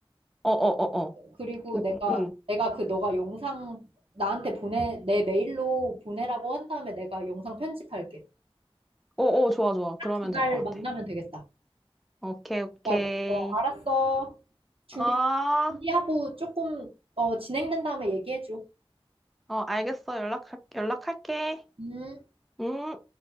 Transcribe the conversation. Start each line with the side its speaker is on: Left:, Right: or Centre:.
Centre: 어, 어, 어, 어.
Right: 그리고
Centre: 응,
Right: 내가
Centre: 응. 응.
Right: 내가 그 너가 영상 나한테 보내 내 메일로 보내라고 한 다음에 내가 영상 편집할게
Centre: 어, 어, 좋아, 좋아. 그러면
Right: 그날
Centre: 될 것 같아.
Right: 만나면 되겠다.
Centre: 오케이, 오케이.
Right: 그러니까 어, 알았어. 준비,
Centre: 어, 어,
Right: 준비하고 조금, 어, 진행된 다음에 얘기해줘.
Centre: 알겠어. 연락, 연락할게.
Right: 음.
Centre: 음.